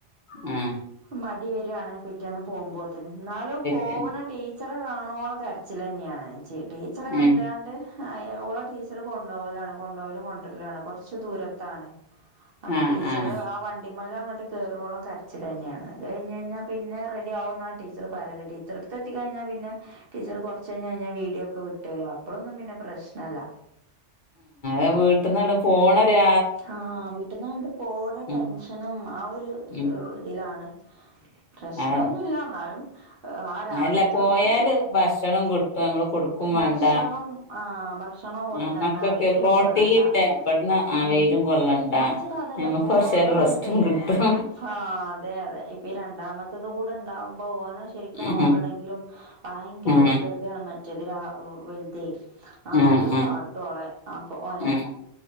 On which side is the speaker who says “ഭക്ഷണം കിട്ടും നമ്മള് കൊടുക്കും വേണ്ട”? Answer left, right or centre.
Left